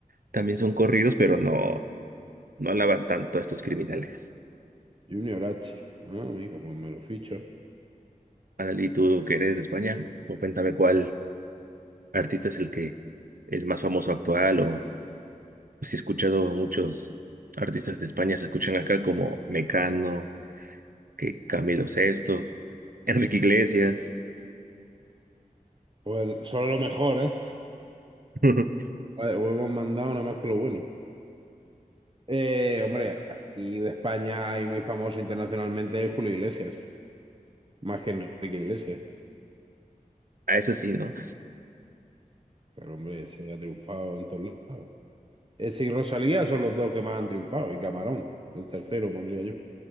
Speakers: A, on the right (about 75°); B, on the right (about 35°).
A: También son corridos, pero no, no alaban tanto a estos criminales.
B: Junior H. Ah, amigo, pues me lo ficho.
A: Analí, tú que eres de España, cuéntame cuál artista es el que, el más famoso actual o si he escuchado muchos artistas de España se escuchan acá como Mecano, que Camilo Sesto, Enrique Iglesias.
B: Pues solo lo mejor, ¿eh?
A: <laughs>
B: Vale, o hemos mandado nada más que lo bueno. Eh, hombre, y de España hay muy famoso internacionalmente Julio Iglesias, más que Enrique Iglesias.
A: A eso sí, ¿no?
B: Pero hombre, se ha triunfado en todos lados. Ese y Rosalía son los dos que más han triunfado. Y Camarón, el tercero pondría yo.